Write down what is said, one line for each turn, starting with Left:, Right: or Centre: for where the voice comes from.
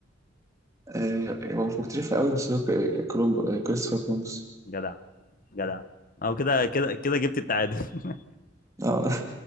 Right: آه، هو مش مكتشفها قوي بس هو ك- آه، كولومب آه، كريستوفر كولومبوس
Left: جدع جدع او كده كده كده جبت التعادل
Right: اه